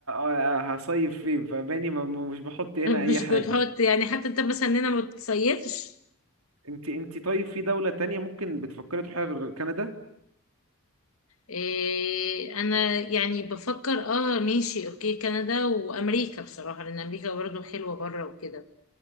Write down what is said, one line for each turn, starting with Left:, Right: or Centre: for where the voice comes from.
Right: آه، هصيف فين فباني ما ما- مش بحط
Left: <laughs>
Right: هنا
Left: مش
Right: اي حاجه
Left: بتحط يعني حتى انت مثلا هنا ما بتصيفش
Right: انت انت طيب في دوله تانية ممكن بتفكري تروحيها غير كندا
Left: إيه انا يعني بفكر اه ماشي اوكي كندا وامريكا بصراحة لان امريكا برضو حلوة بره وكده